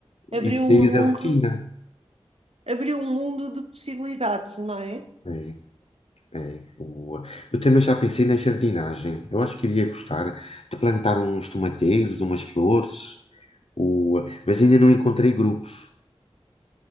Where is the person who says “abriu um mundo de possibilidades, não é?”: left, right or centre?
Right